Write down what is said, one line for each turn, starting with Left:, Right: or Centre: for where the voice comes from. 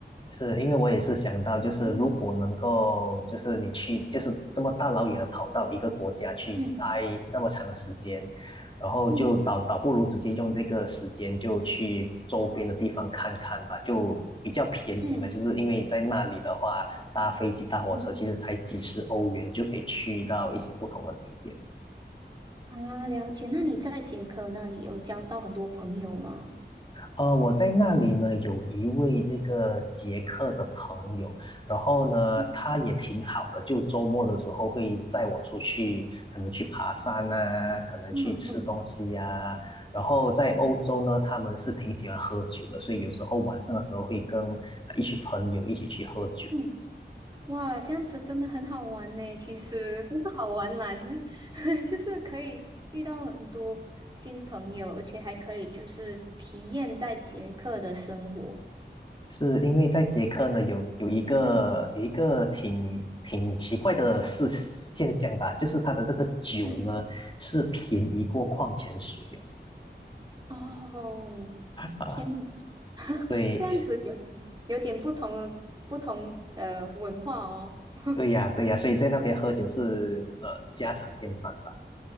Left: 是因为我也是想到，就是如果能够，
Right: 嗯
Left: 就是你去，就是这么大老远的跑到一个国家去待那么长的时间，
Right: 嗯
Left: 然后就倒倒不如直接用这个时间就去周边的地方看看吧，
Right: 嗯
Left: 就比较便宜嘛。
Right: 嗯
Left: 就是因为在那里的话，搭飞机、搭火车其实才几十欧元就可以去到一些不同的景点。
Right: 嗯，啊，了解。那你在捷克那里有交到很多朋友吗？
Left: 呃，我在那里呢，有一位这个捷克的朋友，然后呢，
Right: 嗯
Left: 他也挺好的，就周末的时候会载我出去，可能去爬山啊，可能去吃东西呀、
Right: 嗯嗯
Left: 然后在欧洲呢，
Right: 嗯
Left: 他们是挺喜欢喝酒的，所以有时候晚上的时候会跟呃一群朋友一起去喝酒。
Right: 嗯。哇，这样子真的很好玩呢。其实不是好玩啦，其实 <laughs> 就是可以遇到很多新朋友，而且还可以就是体验在捷克的生活。
Left: 是因为在捷克呢，有有一个有一个挺挺奇怪的事现象吧，
Right: 嗯
Left: 就是它的这个酒呢是便宜过矿泉水哦
Right: 嗯，哦，
Left: 啊，
Right: 天哪，<laughs>
Left: 所以
Right: 这样子有点有点不同不同的文化哦。<laughs>
Left: 对呀，对呀，所以在那边喝酒是呃家常便饭吧？